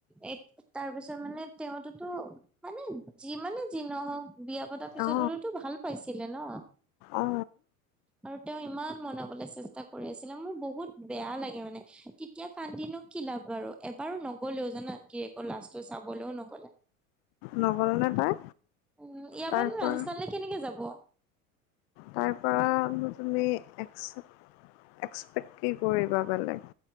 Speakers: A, in the centre; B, on the left.
A: এ তাৰপিছত মানে তেওঁতো মানে যিমানে যি নহওক বিয়া পতাৰ পিছত
B: অ
A: হলেতো ভাল পাইছিলে ন।
B: অ
A: আৰু তেওঁ ইমান মনাবলৈ চেষ্টা কৰি আছিলে মোৰ বহুত বেয়া লাগে মানে ইহ্ এতিয়া কান্দিনো কি লাভ বাৰু এবাৰো নগলেও জানা গিৰিয়েকৰ লাষ্ট তোৰ চাব লেও নগ'লে।
B: নগ'ল নে তাই
A: উম ইয়াৰ
B: তাৰপৰা।
A: পৰানো ৰাজস্থানলৈ কেনেকে যাব।
B: তাৰ পৰা তুমি একচেপ্ট এক্সপেক্ট কি কৰিবা বেলেগ।